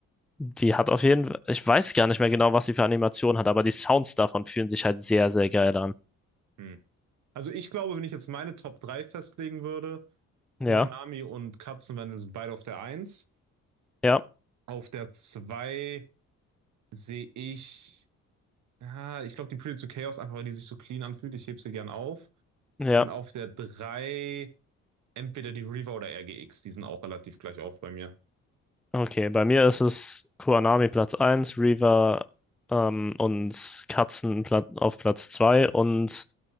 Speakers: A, in the centre; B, on the right.
A: Die hat auf jeden Fall, ich weiß gar nicht mehr genau, was sie für Animationen hat, aber die Sounds davon fühlen sich halt sehr, sehr geil an.
B: Hm. Also ich glaube, wenn ich jetzt meine Top 3 festlegen würde, Kuranami
A: Ja,
B: und Katzenwandel sind beide auf der eins
A: ja,
B: Auf der 2 sehe ich, ja, ich glaube die Pretty to Chaos, einfach weil die sich so clean anfühlt. Ich hebe sie gern auf.
A: ja.
B: Und auf der 3 entweder die Reaver oder RGX, die sind auch relativ gleich auf bei mir.
A: Okay, bei mir ist es Kuanami Platz eins, Reaver ähm, und Katzen Pla- auf Platz 2 und